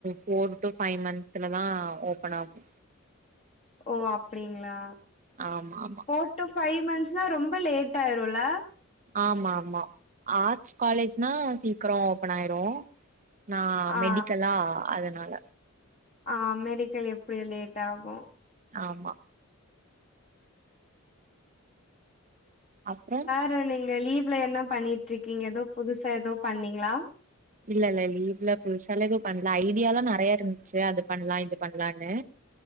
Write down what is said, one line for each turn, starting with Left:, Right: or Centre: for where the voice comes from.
Right: போர் டு ஃபை மந்த்ல தா ஓப்பனாகு
Left: ஓ அப்டிங்ளா
Right: ஆமாமா
Left: ஃபோர் டு ஃபை மந்த்ஸ்னா ரொம்ப லேட்டாயிருல்ல
Right: ஆமாமா ஆர்ட்ஸ் காலேஜ்னா சீக்கிரோ ஓபனாயிரு நா
Left: ஆ
Right: மெடிக்கலா அதனால
Left: ஆ மெடிக்கல் எப்டியு லேட்டாகு
Right: ஆமா அப்றம்
Left: செர் நீங்க லீவ்ல என்னா பண்ணிட்ருக்கீங்க எதோ புதுசா எதோ பண்ணீங்ளா
Right: இல்லல்ல லீவ்ள புதுசால எது பண்ல ஐடியாலா நெறைய இருந்துச்சி அது பண்லா இது பண்லான்னு